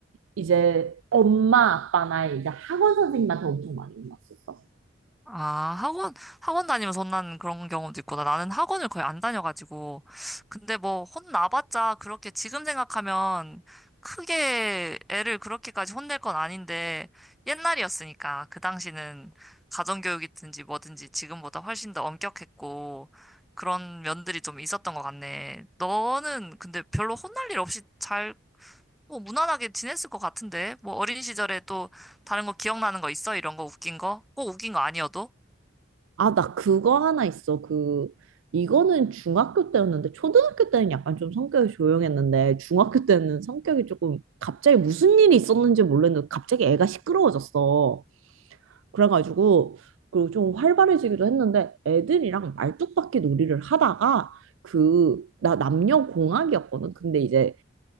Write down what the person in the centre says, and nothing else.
아, 학원, 학원 다니면서 혼나는 그런 경우도 있구나. 나는 학원을 거의 안 다녀가지고. 근데 뭐, 혼나봤자 그렇게 지금 생각하면 크게 애를 그렇게까지 혼낼 건 아닌데, 옛날이었으니까. 그 당시는 가정교육이든지 뭐든지 지금보다 훨씬 더 엄격했고, 그런 면들이 좀 있었던 것 같네. 너는 근데 별로 혼날 일 없이 잘, 뭐, 무난하게 지냈을 것 같은데? 뭐, 어린 시절에 또 다른 거 기억나는 거 있어? 이런 거 웃긴 거? 꼭 웃긴 거 아니어도?